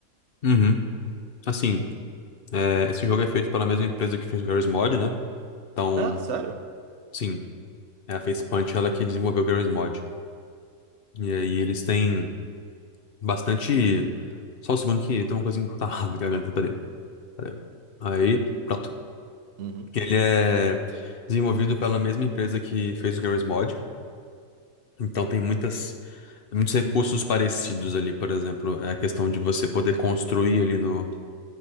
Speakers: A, on the left; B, on the right.
A: uhum. Assim, é, esse jogo é feito pela mesma empresa que fez o GarageMod, né? Então,
B: Ah, sério?
A: sim, é a Facepunch, ela que desenvolveu o GarageMod. E aí eles têm bastante... Só um segundo que tem uma coisa que tá errada <laughs> na garganta, peraí, peraí. Aí, pronto.
B: Uhum.
A: Ele é desenvolvido pela mesma empresa que fez o Garry's Mod, então tem muitas, muitos recursos parecidos ali, por exemplo, a questão de você poder construir ali no,